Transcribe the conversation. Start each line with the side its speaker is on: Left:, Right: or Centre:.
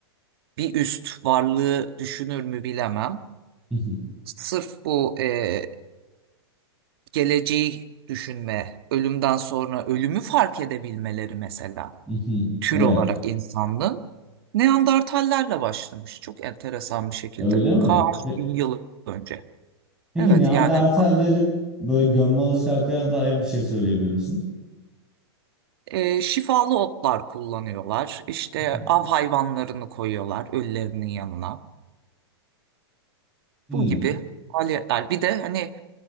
Right: bir üst varlığı düşünür mü bilemem.
Centre: Mhm.
Right: Sırf bu e, geleceği düşünme, ölümden sonra ölümü fark edebilmeleri mesela.
Centre: Mhm.
Right: tür
Centre: Evet.
Right: olarak insanlığın Neandertallerle başlamış. Çok enteresan bir şekilde.
Centre: Öyle mi?
Right: Kaç
Centre: Pe-
Right: bin yıl önce.
Centre: Peki
Right: Evet
Centre: Neandertallerin
Right: yani
Centre: böyle gömme alışkanlıklarına dair bir şey söyleyebilir misin?
Right: e, şifalı otlar kullanıyorlar. İşte
Centre: Mhm.
Right: av hayvanlarını koyuyorlar ölülerinin yanına.
Centre: Hmm.
Right: Bu gibi faaliyetler. Bir de hani